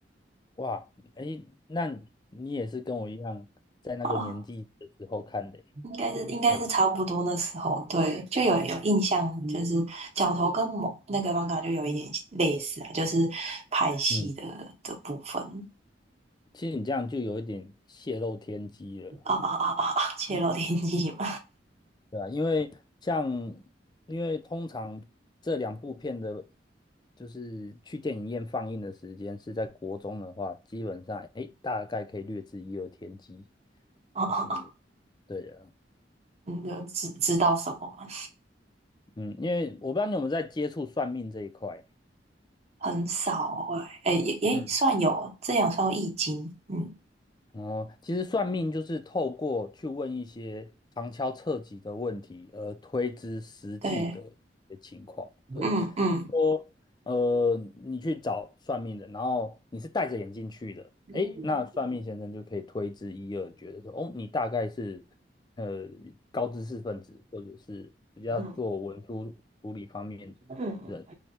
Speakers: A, on the left; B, on the right.
A: 哇，哎，那你也是跟我一样，在那个年纪的时候看的诶。
B: 啊，应该是应该是差不多那时候，
A: 对，
B: 对，就有有印象，就是角头跟某那个 manga 就有一点类似啊，就是拍戏的的部分。
A: 嗯，其实你这样就有一点泄露天机了啦
B: 啊啊啊啊！啊！泄露天机嘛，
A: 对吧？因为像，因为通常这两部片的，就是去电影院放映的时间是在国中的话，基本上，哎，大概可以略知一二天机，
B: 啊啊啊！
A: 就是，对啊，
B: 你就知知道什么吗？
A: 嗯，因为我不知道你有没有在接触算命这一块。
B: 很少哎、哎也也算有，
A: 嗯。
B: 这样算易经，嗯，
A: 哦，其实算命就是透过去问一些旁敲侧击的问题，而推知实际的一些情况。
B: 对，
A: 对，
B: 嗯嗯
A: 说呃，你去找算命的，然后你是戴着眼镜去的，
B: 嗯
A: 诶，那算命先生就可以推知一二，觉得说，哦，你大概是呃高知识分子，或者是比较做文书处理方面的人。
B: 嗯嗯，